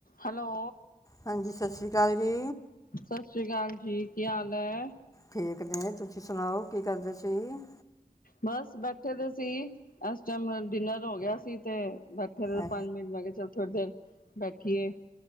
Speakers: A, on the left; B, on the left.
A: Hello.
B: ਹਾਂਜੀ ਸਤਿ ਸ਼੍ਰੀ ਅਕਾਲ ਜੀ।
A: ਸਤਿ ਸ੍ਰੀ ਅਕਾਲ ਜੀ ਕੀ ਹਾਲ ਐ?
B: ਠੀਕ ਨੇ, ਤੁਸੀਂ ਸੁਣਾਓ ਕੀ ਕਰਦੇ ਸੀ?
A: ਬਸ ਬੈਠੇ ਤੇ ਸੀ ਇਸ ਟਾਈਮ ਡਿਨਰ ਹੋ ਗਿਆ ਸੀ ਤੇ ਬੈਠੇ
B: ਅ
A: ਪੰਜ ਮਿੰਟ ਮੈਂ ਕਿਹਾ ਚੱਲ ਥੋੜੀ ਦੇਰ ਬੈਠੀਏ।